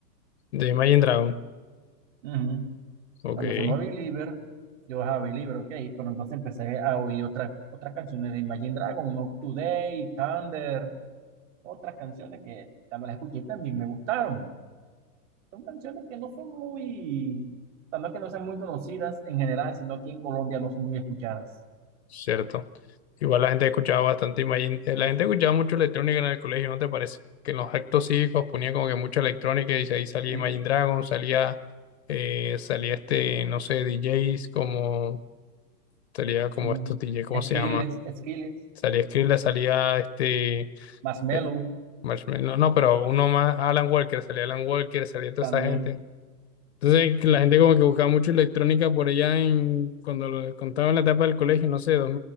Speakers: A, on the left (about 40°); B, on the right (about 45°).
A: De Imagine Dragon.
B: Ujú.
A: Ok.
B: Cuando sonó Believer, yo, ah, Believer, ok, pero entonces empecé a oír otras otras canciones de Imagine Dragon, Not Today, Thunder, otras canciones que cuando las escuché también me gustaron. Son canciones que no son muy, o sea, no es que no sean muy conocidas en general, sino aquí en Colombia no son muy escuchadas.
A: Cierto. Igual la gente escuchaba bastante, imagín- eh, la gente escuchaba mucho electrónica en el colegio, ¿no te parece? Que en los actos cívicos ponía como que mucha electrónica y ahí salía
B: Sí,
A: Imagine Dragon, salía, eh, salía este, no sé, DJs como, salía como
B: como
A: estos DJ, ¿cómo
B: Skrillex,
A: se llama?
B: Skrillex,
A: Salía Skrillex, salía este,
B: Marshmello
A: eh, Marshmello, no, no, pero uno más, Alan Walker, salía Alan Walker, salía toda
B: también.
A: esa gente. Entonces
B: O
A: que la
B: sea,
A: gente como que buscaba mucho electrónica por allá en, cuando lo- cuando estaba en la etapa del colegio, no sé,